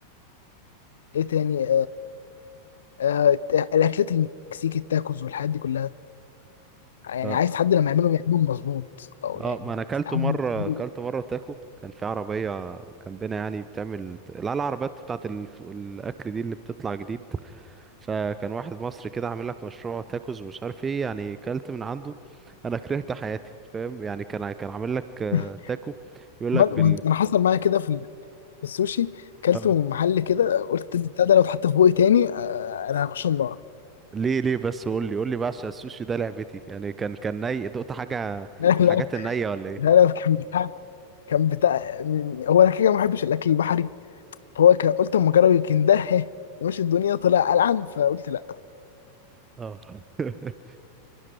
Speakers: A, on the left; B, on the right.
A: ايه تاني آه، الت- الاكلات المكسيكي التاكوز والحاجات دي كلها يعني
B: اه
A: عايز حد لما يعملهم يعملهم مظبوط او
B: اه
A: يعني
B: ما انا اكلته
A: تتعمل
B: مره
A: مظبوط
B: اكلت مره تاكو كان في عربيه جنبنا يعني بتعمل لا العربيات بتاعت الف... الاكل دي اللي بتطلع جديد فكان واحد مصري كده عامل لك مشروع تاكوز ومش عارف ايه يعني اكلت من عنده انا كرهت حياتي فاهم يعني كان ع- كان عامل لك آه،
A: <laughs>
B: تاكو يقول لك
A: وأنا-
B: بال
A: وأنا- انا حصل معايا كده في ال- في السوشي كلت
B: آه.
A: من محل كده قلت البتاع ده لو اتحط في بوقي تاني آه، انا هخش النار
B: ليه ليه بس قول لي قول لي بقى عشان السوشي ده لعبتي يعني كان كان ني دقت حاجه
A: <laughs>
B: من
A: لا لا
B: الحاجات النيه ولا ايه
A: لا لا كان بتاع كان بتاع هو انا كده ما بحبش الاكل البحري فهو كان قلت اما اجرب يمكن ده <laughs> مش الدنيا طلع قلعان فقلت لا
B: اه <laughs>